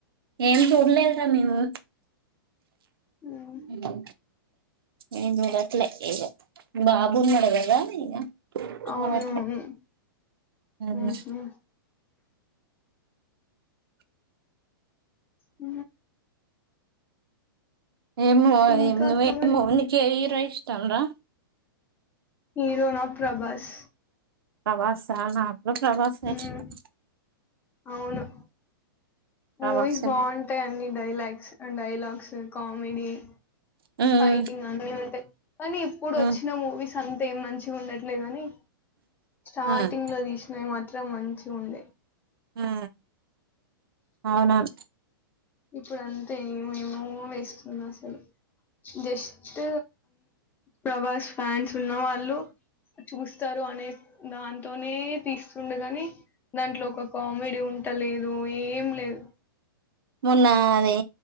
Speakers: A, on the right; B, on the left.
A: ఏం చూడలేదూర మేము
B: ఉమ్
A: ఉ ఎమ్ చూడట్లే ఇగ బాబు ఉన్నాడు కదా ఇగ చూడట్లే
B: అవునవును
A: ఉమ్.
B: ఉహు ఊ
A: ఏమో
B: ఇంకా
A: ఏవ
B: అక్క
A: ఏమో
B: మరి
A: నీకు ఎ హీరో ఇష్టం రా
B: హీరో నా ప్రభాస్
A: ప్రభాస నాకు కూడ ప్రభాసే
B: ఉమ్
A: ఇష్టం,
B: అవును
A: ప్రభాసే
B: మూవీస్ బాగుంటాయి. అన్ని డైలాగ్స్, డైలాగ్స్ కామెడీ
A: హ్మ్
B: ఫైటింగ్ అన్ని ఉంటాయి. కానీ ఇప్పుడు
A: హ్మ్
B: వచ్చిన మూవీస్ అంతే ఏం మంచిగా ఉండట్లేదు, కాని స్టార్టింగ్
A: హ్మ్
B: లో తీసినావి మాత్రం మంచి ఉండే,
A: హు అవునావును.
B: ఇప్పుడు అంతేమేమో వేస్తున్నాడు అసలు జస్ట్ ప్రభాస్ ఫ్యాన్స్ ఉన్న వాళ్ళు, చూస్తారు అనే దాంతోనే తీస్తుండగాని దాంట్లో ఒక కామెడీ ఉంట ఉంటా లేదు ఏం లేదు,
A: మొన్న అది